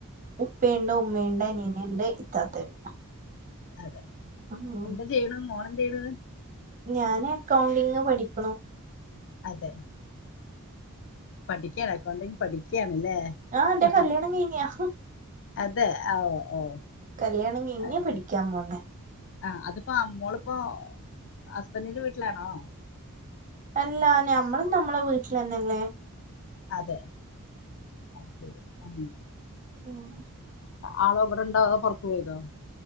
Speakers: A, on the right; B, on the left.
A: ഉപ്പിണ്ട് ഉമ്മിണ്ട് അനിയനിണ്ട് ഇത്താത്തണ്ട്.
B: അതെ
A: ഉം
B: എന്താ ചെയ്യണ് മോള് എന്ത് യ്ണ്?
A: ഞാന് എക്കൗണ്ടിങ് പഠിക്ക്ണു.
B: അതെ പഠിക്കാണ് എകൗണ്ടിങ് പഠിക്ക ന്നെ
A: ആഹ് അന്റെ
B: അ
A: കല്യാണം
B: ആ
A: കഴിഞ്ഞാ
B: അതെ അ ഓ ഓ
A: കല്യാണം കൈഞ്ഞെ
B: അത്
A: പടിക്കാൻ
B: ശരി
A: പോന്നെ.
B: ആ അത്പ്പോ അ മ്മോള് പ്പൊ ഹസ്ബന്റിന്റ വീട്ട്ലാണോ.?
A: എല്ലാ ഞമ്മളും നമ്മളെ വീട്ട്ലന്നല്ലേ.?
B: അതെ അ ശരി ആ
A: മ്
B: ആളോ വ്ടെ ണ്ടോ തോ പൊറത്ത് പോയതോ.?